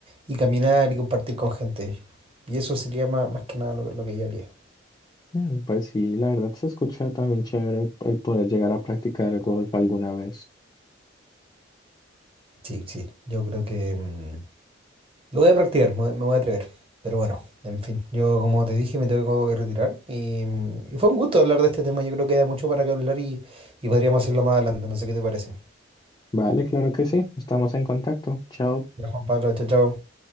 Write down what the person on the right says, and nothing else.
y caminar y compartir con gente. Y eso sería más, más que nada lo, lo que yo haría.
Sí, sí, yo creo que mm, lo voy a practicar, me, me voy a atrever. Pero bueno, en fin, yo como te dije me tengo que retirar y, mm, y fue un gusto hablar de este tema, yo creo que da mucho para que hablar y, y podríamos hacerlo más adelante, no sé qué te parece.
Ya, Juan Pablo, chao, chao.